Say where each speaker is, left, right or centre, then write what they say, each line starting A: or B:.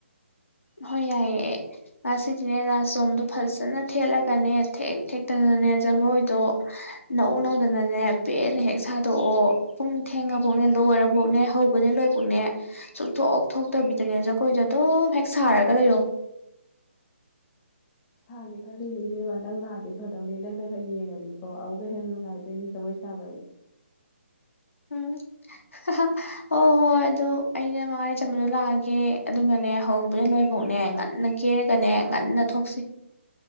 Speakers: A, on the left (about 80°); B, on the left (about 25°).
A: ꯍꯣꯏ ꯌꯥꯏꯌꯦ ꯉꯁꯤꯖꯨꯅꯦ ꯅꯥꯆꯣꯝꯗꯣ ꯐꯖꯅ ꯊꯦꯠꯂꯒꯅꯦ ꯊꯦꯛ ꯊꯦꯛꯇꯅꯅꯦ ꯖꯒꯣꯏꯗꯣ ꯅꯧ ꯅꯧꯗꯅꯅꯦ ꯄꯦꯟꯅ ꯍꯦꯛ ꯁꯥꯗꯣꯛꯑꯣ ꯄꯨꯡ ꯊꯦꯡꯉꯕꯧꯅꯦ ꯂꯣꯏꯔꯕꯧꯅꯦ ꯍꯧꯕꯅꯦ ꯂꯣꯏꯕꯧꯅꯦ ꯁꯨꯛꯊꯣꯛ ꯊꯣꯛꯇꯕꯤꯗꯅꯦ ꯖꯒꯣꯏꯗꯣ ꯑꯗꯨꯝ ꯍꯦꯛ ꯁꯥꯔꯒ ꯂꯩꯔꯣ
B: ꯁꯥꯒꯦ ꯈꯜꯂꯤꯅꯦ ꯏꯕꯦꯝꯃ ꯅꯪ ꯂꯥꯛꯑꯗꯤ ꯐꯗꯧꯅꯦ ꯅꯪꯅ ꯈꯛ ꯌꯦꯡꯉꯗꯤ ꯀꯣ ꯑꯃꯨꯛꯀ ꯍꯦꯟꯅ ꯅꯨꯡꯉꯥꯏꯗꯣꯏꯅꯦ ꯖꯒꯣꯏ ꯁꯥꯕ ꯑꯩ
A: ꯎꯝ ꯑꯍꯥꯍ ꯍꯣꯏ ꯍꯣꯏ ꯑꯗꯨ ꯑꯩꯅ ꯃꯉꯥꯅꯤ ꯆꯝꯕꯗꯣ ꯂꯥꯛꯑꯒꯦ ꯑꯗꯨꯒꯅꯦ ꯍꯧꯕꯗꯩ ꯂꯣꯏꯕꯧꯅꯦ ꯉꯟꯅ ꯀꯦꯔꯒꯅꯦ ꯉꯟꯅ ꯊꯣꯛꯁꯤ